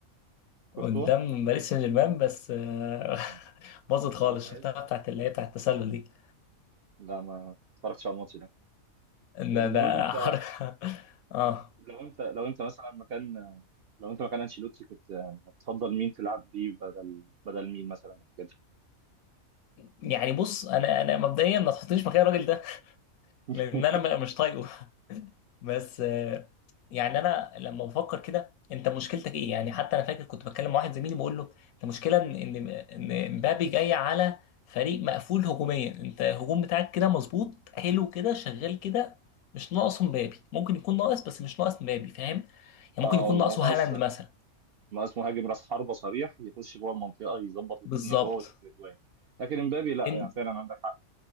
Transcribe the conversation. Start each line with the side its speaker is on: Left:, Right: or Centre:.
Right: كورتوا
Left: قدام باريس سان جيرمان بس آه،
Right: آه،
Left: <laughs> باظت
Right: ما
Left: خالص
Right: نفعتش
Left: شفتها بتاعت اللي هي بتاعت التسلل دي
Right: لا ما اتفرجتش على الماتش ده
Left: ان
Right: المهم
Left: ده
Right: انت
Left: حركه <laughs> اه
Right: لو انت لو انت مثلا مكان لو انت مكان انشيلوتي كنت يعني هتفضل مين تلعب بيه بدل بدل مين مثلا كده
Left: يعني بص انا انا مبدئيا ما تحطنيش مكان الراجل ده <laughs>
Right: <laughs>
Left: لان انا م- مش طايقه بس آه، يعني انا لما بفكر كده انت مشكلتك ايه يعني حتى انا فاكر كنت بتكلم مع واحد زميلي بقول له انت مشكله ان ان إن مبابي جاي على فريق مقفول هجوميا انت الهجوم بتاعك كده مظبوط حلو كده شغال كده مش ناقصه مبابي ممكن يكون ناقص بس مش ناقص مبابي فاهم يعني ممكن
Right: اه
Left: يكون
Right: ما
Left: ناقصه
Right: هو اصلا
Left: هالاند مثلا
Right: ما اسمه مهاجم راس حربة صريح يخش جوه المنطقه يظبط الدنيا
Left: بالظبط
Right: جوه ويدخل اجوان لكن امبابي لا
Left: ان
Right: يعني فعلا عندك حق